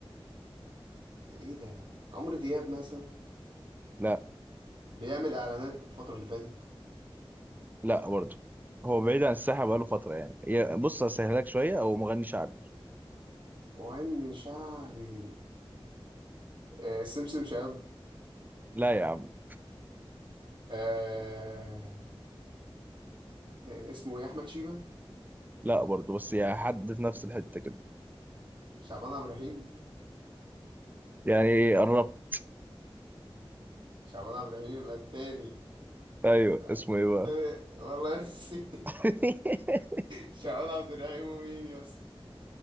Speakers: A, on the right; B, on the right.
A: ايه ده عمرو دياب مثلا
B: لا
A: بيعمل اعلانات الفتره اللي فاتت
B: لا برضه هو بعيد عن الساحة بقاله فترة يعني يا- بص هسهلك شوية هو مغني شعبي
A: مغني شعبي آه سمسم شاب
B: لا يا عم
A: آه آه اسمه ايه احمد شيبه
B: لا برضه بس يا حد في نفس الحتة كده
A: شعبان عبد الرحيم
B: يعني إيه؟ قربت
A: شعبان عبد الرحيم يبقى التاني
B: ايوه
A: التاني
B: اسمه ايه بقى
A: والله نسيت
B: <laughs>
A: شعبان عبد الرحيم ومين يا اسطى